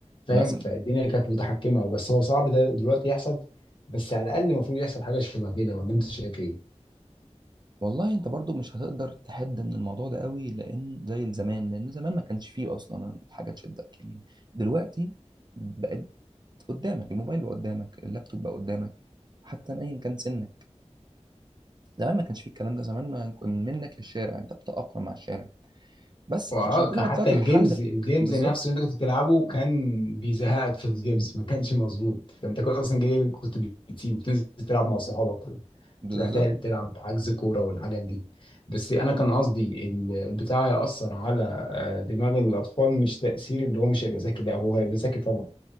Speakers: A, on the left; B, on the right.
A: فاهم
B: مثلا
A: فالدنيا كانت متحكمه بس هو صعب ده دلوقتي يحصل بس على الاقل المفروض يحصل حاجه شبه كده ولا انت شايف ايه؟
B: والله انت برضو مش هتقدر تحد من الموضوع ده قوي لان زي زمان لان زمان ما كانش فيه اصلا حاجه تشدك يعني دلوقتي بقت قدامك الموبايل بقى قدامك اللابتوب بقى قدامك حتى ايا كان سنك زمان ما كانش فيه الكلام ده زمان ما كان منك للشارع انت بتتاقلم مع الشارع بس
A: واه
B: فعشان كده
A: كان
B: انا
A: حتى
B: طلعت
A: الجيمز
B: بالحل ب-
A: الجيمز
B: بالظبط
A: نفسه اللي انت كنت بتلعبه كان بيزهقك في الجيمز ما كانش مظبوط انت كنت اصلا جاي كنت بتسيب وبتنزل تلعب مع صحابك
B: بالظبط
A: وتروح تل- تلعب حجز كوره والحاجات دي بس انا كان قصدي ال- البتاع ياثر على آه، دماغ الاطفال مش تاثير اللي هو مش هيبقى ذكي لا هو هيبقى ذكي طبعا